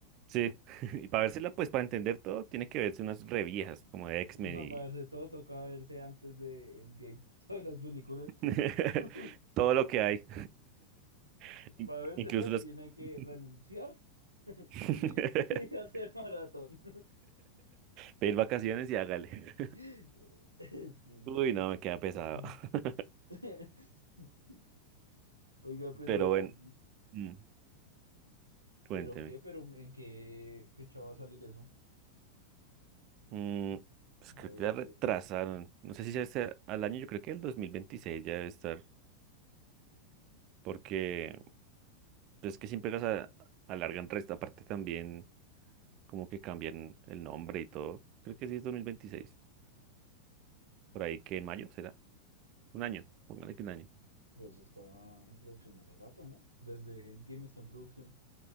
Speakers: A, on the right; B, on the right.
A: sí. <laughs> Y para vérsela, pues para entender todo, tiene que verse unas reviejas como de X-Men
B: No,
A: y
B: para verse todo toca verse antes de Endgame, <laughs> todas las películas.
A: <laughs>
B: <laughs>
A: todo lo que hay. <laughs> In-
B: Para vérselas
A: Incluso las.
B: tiene que
A: <laughs>
B: renunciar <laughs>
A: <laughs>
B: y hacer maratón.
A: Pedir vacaciones y hágale.
B: <laughs> Sí,
A: <laughs>
B: sí,
A: Uy,
B: sí.
A: no, me queda pesado.
B: Mm.
A: <laughs>
B: <laughs> Oiga, pero,
A: Pero bueno, mm, cuénteme.
B: pero qué, pero ¿en qué fecha va a salir eso?
A: Mm, pues
B: La
A: creo
B: de
A: que
B: 11.
A: la retrasaron. No sé si sea este- al año, yo creo que el 2026 ya debe estar. Porque pues, es que siempre las a- alargan resto. Aparte también como que cambian el nombre y todo. Creo que sí es 2026. Por ahí que en mayo será. Un año. Póngale que un año.
B: Pero eso está en producción hace rato, ¿no? Desde Endgame está en producción.